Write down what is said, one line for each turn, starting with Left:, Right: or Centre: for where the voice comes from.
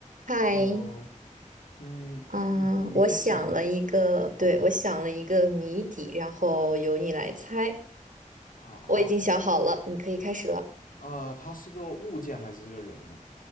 Right: 嗨，
Left: Hello，嗯，
Right: 嗯，
Left: 你你先想，
Right: 我想了一个，
Left: 好的，
Right: 对，我想了一个谜底，然后由你来猜。
Left: 好，
Right: 我已经想好了，你可以开始了。
Left: 呃，它是个物件还是个人呢？